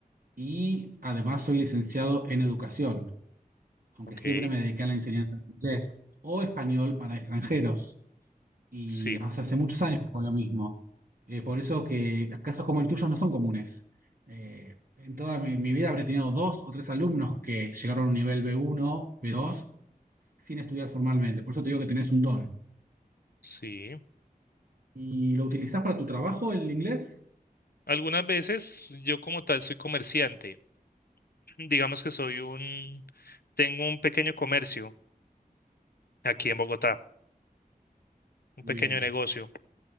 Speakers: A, on the right; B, on the left.
A: y además soy licenciado en educación, aunque
B: ok.
A: siempre me dediqué a la enseñanza de inglés o español para extranjeros. Y
B: Sí,
A: o sea, hace muchos años con lo mismo. Eh, por eso que casos como el tuyo no son comunes. Eh, en toda mi, mi vida habré tenido dos o tres alumnos que llegaron a un nivel B1, B2, sin estudiar formalmente. Por eso te digo que tenés un don.
B: sí.
A: ¿Y lo utilizás para tu trabajo el inglés?
B: Algunas veces yo como tal soy comerciante. digamos que soy un, tengo un pequeño comercio aquí en Bogotá, un
A: Muy
B: pequeño
A: bien.
B: negocio.